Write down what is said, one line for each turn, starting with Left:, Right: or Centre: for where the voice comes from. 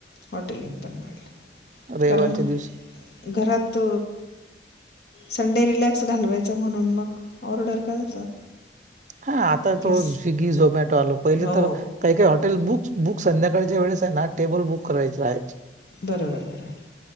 Left: हॉटेलिंग पण वाढलं
Right: रविवारच्या
Left: कारण
Right: दिवशी.
Left: घरात संडे रिलॅक्स घालवायचं म्हणून मग ऑर्डर करतात.
Right: हा आता
Left: की
Right: थोडं
Left: स-
Right: स्विगी झोमॅटो आलो पहिले
Left: हो
Right: तर काही काही हॉटेल बुक बुक संध्याकाळच्या वेळेस आहे ना टेबल बुक करायचं राहायचं.
Left: बरोबर बरोबर.